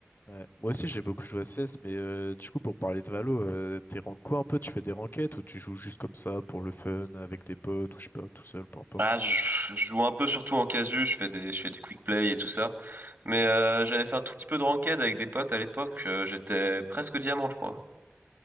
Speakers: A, on the left; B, on the right.
A: Ouais. Moi aussi j'ai beaucoup joué à CS, mais euh, du coup pour parler de Valo, euh, t'es rank quoi un peu? Tu fais des ranked ou tu joues juste comme ça pour le fun, avec des potes ou je sais pas, tout seul, peu importe.
B: Ah, je, je joue un peu surtout en casu, je fais des, je fais des quick play et tout ça. Mais euh, j'avais fait un tout petit peu de ranked avec des potes à l'époque. euh, j'étais presque diamant, je crois.